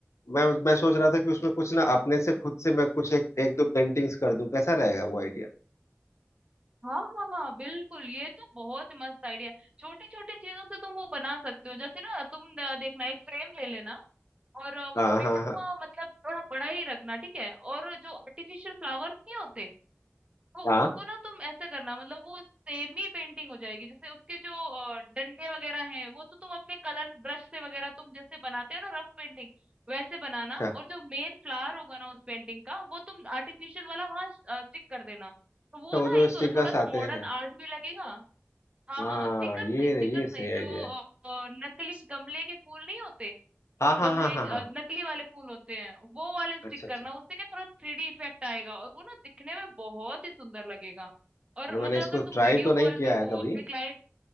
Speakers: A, on the left; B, on the right.
A: मैं मैं सोच रहा था कि उसमें कुछ ना
B: उस-
A: अपने से खुद से मैं कुछ एक, एक दो पेंटिंग्स कर दूं कैसा रहेगा वो आइडिया
B: हाँ हाँ हाँ बिल्कुल ये तो बहुत ही मस्त आइडिया है। छोटी छोटी चीजों से तुम वो बना सकते हो जैसे ना तुम अ, देखना एक फ्रेम ले लेना और अ, वो
A: हाँ
B: फ्रेम
A: हाँ हाँ
B: मतलब थोड़ा बड़ा ही रखना ठीक है और जो आर्टिफिशियल फ्लावर्स नहीं होते तो
A: हाँ
B: उसको ना तुम ऐसे करना मतलब वो सेमी पेंटिंग हो जाएगी जैसे उसके जो अ, डंडे वगैरह हैं वो तो तुम अपने कलर्स ब्रश से वगैरह तुम जैसे बनाते हो ना रफ पेंटिंग वैसे बनाना
A: अच्छा
B: और जो मेन फ्लावर होगा ना उस पेंटिंग का वो तुम आर्टिफिशियल वाला वहां स्टिक कर देना तो वो
A: तो वो
B: ना
A: जो
B: एक
A: स्टिकर्स
B: थोड़ा सा
A: आते
B: मॉडर्न
A: हैं
B: आर्ट भी लगेगा हाँ
A: हाँ
B: हाँ स्टिकर्स
A: ये
B: नहीं स्टिकर्स
A: ये सही
B: नहीं जो
A: आइडिया
B: अ,
A: है
B: अ, नकली गमले के फूल नहीं होते
A: हाँ हाँ
B: गमले
A: हाँ हाँ
B: अ,
A: हाँ
B: नकली वाले फूल होते हैं वो वाले स्टिक
A: अच्छा अच्छा
B: करना उससे क्या थोड़ा थ्री डी इफेक्ट आएगा और वो ना दिखने में बहुत ही सुंदर लगेगा और
A: यार मैंने
B: मतलब
A: इसको
B: अगर
A: ट्राई
B: तुम वीडियो
A: तो नहीं
B: कॉल
A: किया
B: पे
A: है
B: हो
A: कभी
B: अपने क्लाइंट